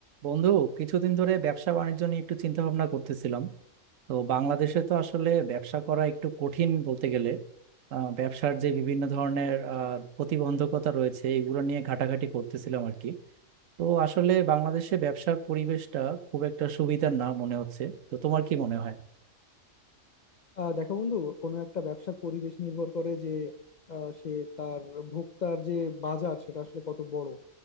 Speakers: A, on the right; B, on the left.
A: বন্ধু কিছুদিন ধরে ব্যবসা বাণিজ্য নিয়ে একটু চিন্তা ভাবনা করতেছিলাম তো বাংলাদেশে তো আসলে ব্যবসা করা একটু কঠিন বলতে গেলে আহ, ব্যবসার যে বিভিন্ন ধরনের আহ, প্রতিবন্ধকতা রয়েছে এগুলো নিয়ে ঘাটাঘাটি করতেছিলাম আর কি তো আসলে বাংলাদেশে ব্যবসার পরিবেশটা খুব একটা সুবিধার না মনে হচ্ছে তো তোমার কি মনে হয়
B: আহ দেখো বন্ধু কোনো একটা ব্যবসার পরিবেশ নির্ভর করে যে আহ, সে তার ভোক্তার যে বাজার সেটা আসলে কত বড়